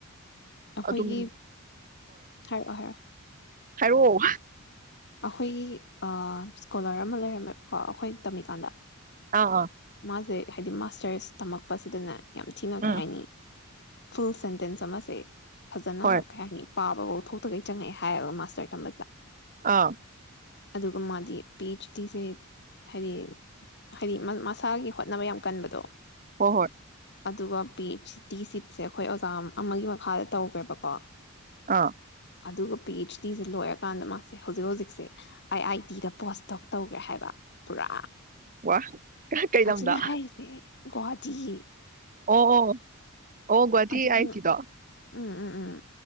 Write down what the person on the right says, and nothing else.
ꯑꯗꯨꯝ
ꯍꯥꯏꯔꯣ
ꯑꯥ ꯑꯥ
ꯎꯝ
ꯍꯣꯏ
ꯑꯥ
ꯍꯍꯠ
ꯑꯥ
ꯋꯥ ꯀꯩ
ꯂꯝꯗ
ꯑꯣ ꯑꯣ ꯒꯨꯍꯥꯇꯤ
ꯑꯥꯏ ꯑꯥꯏ ꯇꯤꯗꯣ